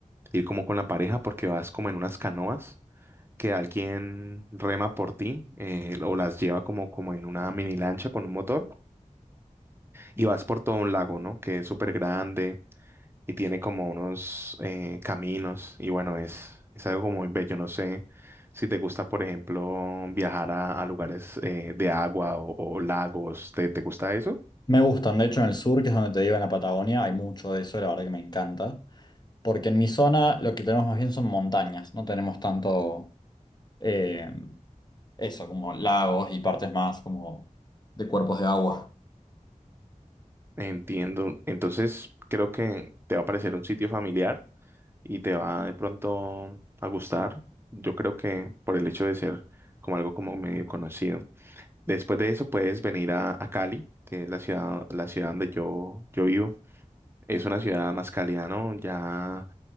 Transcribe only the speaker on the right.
ir como con la pareja porque vas como en unas canoas que alguien rema por ti eh, o las lleva como, como en una mini lancha con un motor y vas por todo un lago, ¿no? Que es súper grande y tiene como unos eh, caminos y bueno, es, es algo como muy bello, no sé. Si te gusta, por ejemplo, viajar a, a lugares eh, de agua o, o lagos, ¿te, te gusta eso?
Entiendo. Entonces, creo que te va a parecer un sitio familiar y te va de pronto a gustar. Yo creo que por el hecho de ser como algo como medio conocido. Después de eso puedes venir a, a Cali, que es la ciudad, la ciudad donde yo, yo vivo. Es una ciudad más cálida, ¿no? Ya